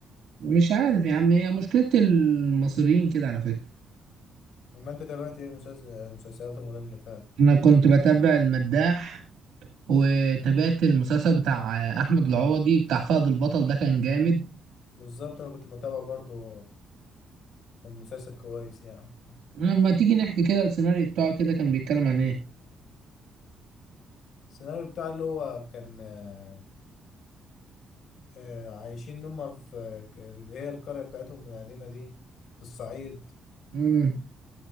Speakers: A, on the right; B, on the left.
A: مش عارف يا عم هي مشكلة المصريين كده على فكرة
B: لما انت تابعت ايه مسلسل مسلسلات رمضان اللي فات
A: أنا كنت بتابع المداح وتابعت المسلسل بتاع أحمد العوضي بتاع فهد البطل ده كان جامد
B: بالظبط انا كنت بتابع برضو مسلسل كويس يعني
A: ما تيجي نحكي كده السيناريو بتاعه كده كان بيتكلم عن إيه؟
B: السيناريو بتاع اللي هو كان آه، آه، عايشين هم في ك- اللي هي القرية بتاعتهم القديمة دي في الصعيد
A: امم